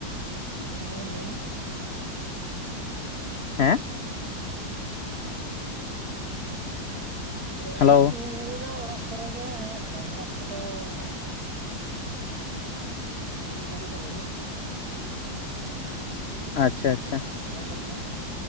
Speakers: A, on the right; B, on the left.
A: ᱦᱮ ᱢᱟ ᱞᱟᱹᱭ ᱢᱮ
B: ᱦᱮᱸ
A: ᱞᱟᱹᱭ
B: ᱦᱮᱞᱳ
A: ᱫᱟᱹᱧ ᱱᱤᱭᱟᱹ ᱜᱷᱟᱹᱲᱤᱡ ᱫᱚ ᱚᱲᱟᱜ ᱠᱚᱨᱮ ᱜᱮ ᱪᱟᱥ ᱵᱟᱥ ᱠᱚᱫᱚ ᱦᱟᱜ ᱱᱤᱭᱟ. ᱜᱷᱟᱹᱲᱤᱡ ᱫᱚ ᱵᱟᱱᱩᱜ
B: ᱟᱪᱪᱷᱟ ᱟᱪᱪᱷᱟ
A: ᱡᱟᱦᱟ ᱠᱚ ᱛᱟᱦᱮ